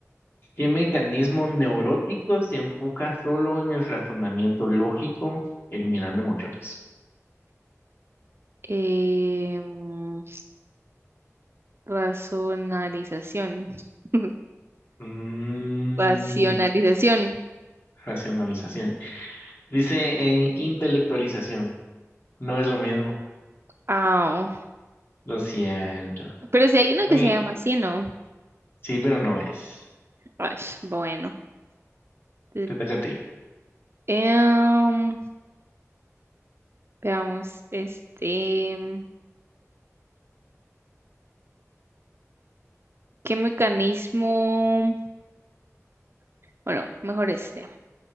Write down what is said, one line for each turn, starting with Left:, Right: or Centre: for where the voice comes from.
Left: ¿Qué mecanismo neurótico se enfoca solo en el razonamiento lógico, eliminando emociones?
Right: Em, razonalización. <laughs>
Left: Mm,
Right: Racionalización.
Left: racionalización. Dice en intelectualización. No es lo mismo.
Right: Ah,
Left: Lo siento.
Right: pero si hay uno
Left: Ui.
Right: que se llama así, ¿no?
Left: Sí, pero no es.
Right: Ay, bueno. Te-
Left: Te toca a ti.
Right: em, veamos, este, ¿qué mecanismo? Bueno, mejor este.